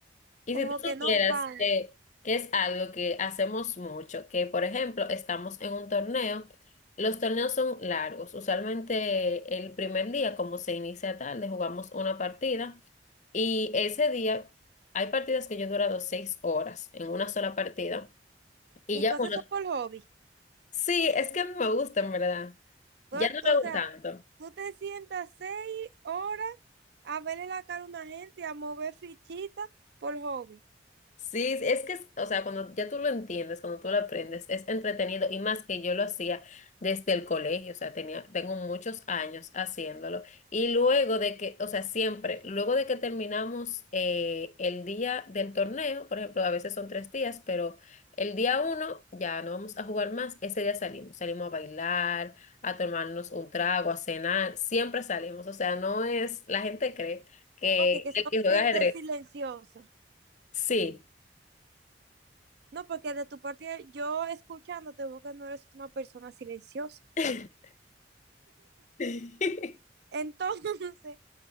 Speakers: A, on the left; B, on the right.
A: Y
B: como
A: si tú
B: que
A: supieras
B: no van.
A: que, que es algo que hacemos mucho, que por ejemplo estamos en un torneo, los torneos son largos, usualmente el primer día, como se inicia tarde, jugamos una partida y ese día hay partidas que yo he durado seis horas en una sola partida y
B: Y
A: ya
B: tú haces
A: bueno,
B: eso por hobby.
A: sí, es que a mí me gusta en verdad,
B: Pues,
A: ya no
B: O
A: lo hago
B: sea,
A: tanto.
B: tú te sientas seis horas a verle la cara a una gente, y a mover fichitas por hobby.
A: Sí, es que, es- o sea, cuando ya tú lo entiendes, cuando tú lo aprendes, es entretenido y más que yo lo hacía desde el colegio, o sea, tenía, tengo muchos años haciéndolo. Y luego de que, o sea, siempre, luego de que terminamos eh, el día del torneo, por ejemplo, a veces son tres días, pero el día uno ya no vamos a jugar más, ese día salimos, salimos a bailar, a tomarnos un trago, a cenar, siempre salimos, o sea, no es, la gente cree que
B: Ok, que son
A: el que juega
B: gente
A: ajedrez,
B: silenciosa.
A: sí.
B: No, porque de tu parte yo escuchándote veo que no eres una persona silenciosa.
A: <laughs> <laughs>
B: Entonces, <laughs>